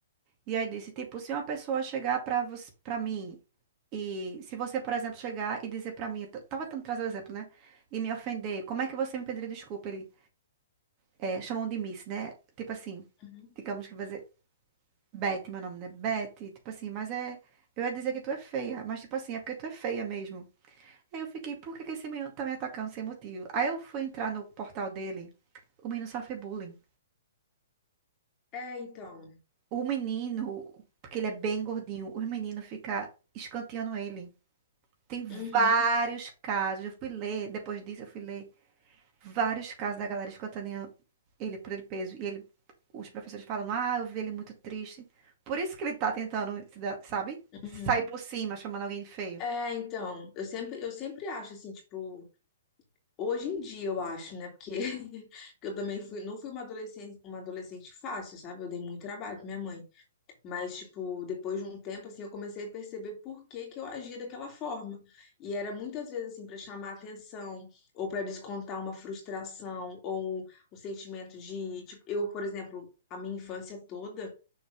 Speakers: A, on the right (about 30°); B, on the left (about 25°).
A: E aí disse, tipo, se uma pessoa chegar para você, para mim e se você, por exemplo, chegar e dizer para mim, eu t- tava tentando trazer o exemplo, né? E me ofender, como é que você me pediria desculpa? Ele é, chamam de Miss, né? Tipo assim,
B: uhum.
A: digamos que vai dizer Beth, meu nome, né? Beth, tipo assim, mas é eu ia dizer que tu é feia, mas tipo assim, é porque tu é feia mesmo. Aí eu fiquei, por que que esse menino tá me atacando sem motivo? Aí eu fui entrar no portal dele, o menino sofre bullying.
B: É, então.
A: O menino, porque ele é bem gordinho, o menino fica escanteando ele. Tem vários
B: Uhum,
A: casos. Eu fui ler, depois disso eu fui ler vários casos da galera escutando ele por ele peso. E ele, os professores falam, ah, eu vi ele muito triste. Por isso que ele tá tentando, se dar- sabe? Sair
B: uhum.
A: por cima, chamando alguém de feio.
B: É, então, eu sempre, eu sempre acho assim, tipo, hoje em dia eu acho, né? Porque, <laughs> porque eu também fui, não fui uma adolescente, uma adolescente fácil, sabe? Eu dei muito trabalho pra minha mãe. Mas, tipo, depois de um tempo, assim, eu comecei a perceber por que que eu agia daquela forma. E era muitas vezes, assim, pra chamar atenção, ou pra descontar uma frustração, ou um sentimento de, tipo, eu, por exemplo, a minha infância toda